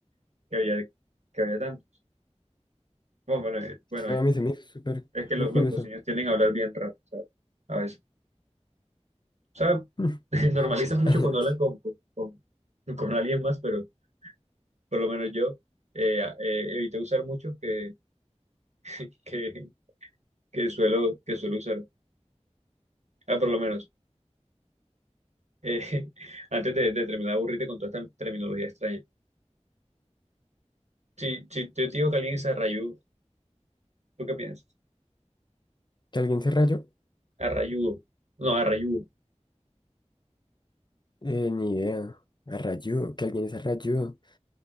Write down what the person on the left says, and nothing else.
No,
a mí se me hizo súper,
súper
curioso.
<laughs>
Ay,
no, mentira.
¿Que alguien se rayó?
Eh, ni idea. A rayó, que alguien se rayó.